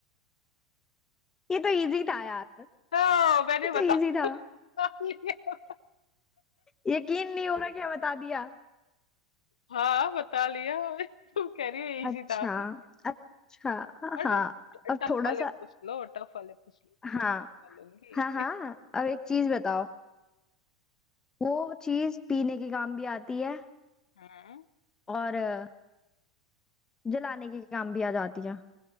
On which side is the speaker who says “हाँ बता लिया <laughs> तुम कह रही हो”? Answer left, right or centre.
Left